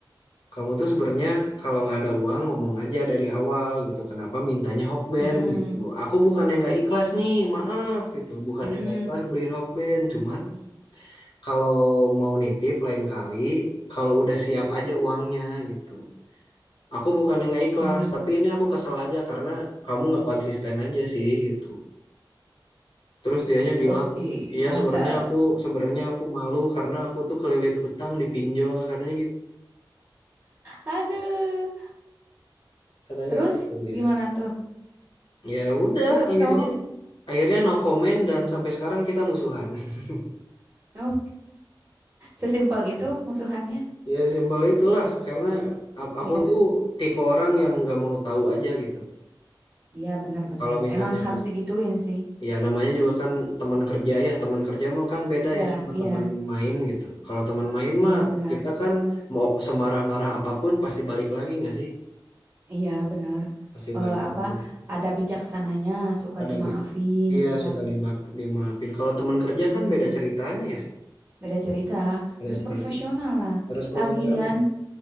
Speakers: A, on the left (about 75°); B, on the right (about 40°).
A: kamu tuh sebenarnya kalau nggak ada uang ngomong aja dari awal gitu. Kenapa mintanya Hokben
B: Mm-mm.
A: gitu? Aku bukannya nggak ikhlas nih, maaf gitu. Bukannya
B: Mm-mm.
A: nggak ikhlas beliin Hokben, cuman kalau mau nitip lain kali kalau udah siap aja uangnya gitu. Aku bukannya nggak ikhlas,
B: Mm.
A: tapi ini aku kesel aja karena kamu nggak konsisten aja sih gitu. Terus dianya bilang,
B: Oke,
A: iya
B: mantap.
A: sebenarnya aku sebenarnya aku malu karena aku tuh kelilit hutang di pinjol katanya gitu.
B: Aduh.
A: Katanya
B: Terus
A: gitu dia.
B: gimana tuh?
A: Ya udah,
B: Terus
A: akhirnya
B: kamu,
A: akhirnya no comment dan sampai sekarang kita musuhan. <laughs>
B: kamu sesimpel itu musuhannya?
A: Ya simpel itulah, karena a-
B: Iya,
A: aku tuh tipe orang yang nggak mau tahu aja gitu.
B: iya benar-benar.
A: Kalau misalnya
B: Emang harus digituin sih.
A: ya namanya juga kan teman kerja ya, teman kerja mah kan beda
B: Iya,
A: ya sama
B: iya,
A: teman main gitu. Kalau teman main
B: iya
A: mah
B: benar.
A: kita kan mau semarah-marah apapun pasti balik lagi nggak sih?
B: Iya benar.
A: Pasti
B: Eh,
A: balik
B: apa
A: lagi.
B: ada bijaksananya, suka
A: Ada
B: dimaafin
A: be- Iya
B: gitu
A: suka
B: kan?
A: dimaaf dimaafin. Kalau teman kerja
B: Mm,
A: kan beda ceritanya ya,
B: beda cerita.
A: beda
B: Harus
A: cerita.
B: profesional lah.
A: Harus profesional.
B: Lagian